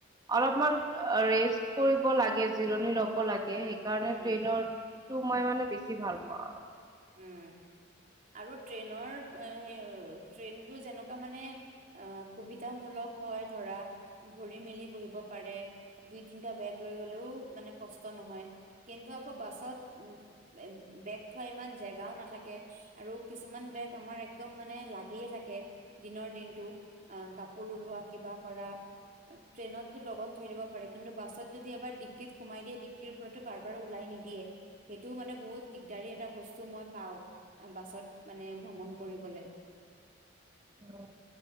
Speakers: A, on the right; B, on the right.
A: অলপমান ৰেষ্ট কৰিব লাগে জিৰণি লব লাগে সেইকাৰণে
B: উম,
A: ট্ৰেইনৰ টো মই মানে বেছি ভাল পাওঁ আৰু
B: উম আৰু ট্ৰেইনৰ এ ট্ৰেইনটো যেনেকুৱা মানে অ সুবিধামূলক হয় ধৰা ভৰি মেলি বহিব পাৰে দুই তিনটা বেগ লৈ গলেও মানে কষ্ট নহয় কিন্তু আকৌ বাছত উ বেগ থোৱা ইমান জেগাও নাথাকে আৰু কিছুমান বেগ আমাৰ একদম মানে লাগিয়ে থাকে দিনৰ দিনটো কাপোৰ লোৱা কিবা কৰা ট্ৰেইনতটো লগত থৈ দিব পাৰেি কিন্তু বাছত যদি এবাৰ ডিগ্গিত সোমাই দিয়ে ডিগ্গিৰ পৰাৰতো বাৰ বাৰ ওলাই নিদিয়ে সেইটোও মানে বহুত দিগদাৰী এটা বস্তু মই পাওঁ বাছত মানে ভ্ৰমণ কৰিবলৈ
A: উ